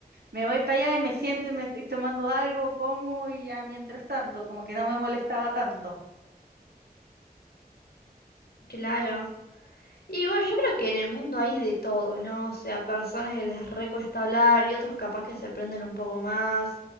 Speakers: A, on the right; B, on the left.
A: me voy para allá y me siento y me estoy tomando algo, como y ya mientras tanto, como que no me molestaba tanto.
B: claro. Y bueno, yo creo que en el mundo hay de todo, ¿no? O sea, personas que les recuesta hablar y otros capaz que se prenden un poco más.